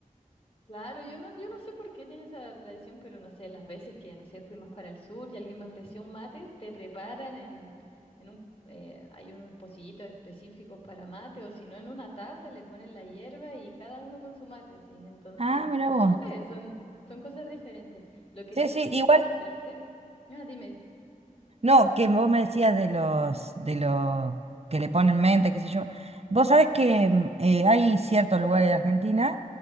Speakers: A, on the left (about 40°); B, on the right (about 45°).
A: Claro, yo no, yo no sé por qué tiene esa tradición, pero no sé, las veces que, no sé, fui más para el sur y alguien me ofreció un mate, te preparan en, en un, eh, hay unos pocillitos específicos para mate, o si no, en una taza le ponen la hierba y cada uno con su mate, sí. Entonces,
B: Ah, mira vos.
A: no sé, son, son cosas diferentes. Lo que
B: Sí,
A: sí
B: sí,
A: quería
B: igual,
A: comentarte, ah, dime,
B: no, que vos me decías de los, de los que le ponen mente, qué sé yo. Vos sabés que mm, eh, hay ciertos lugares de Argentina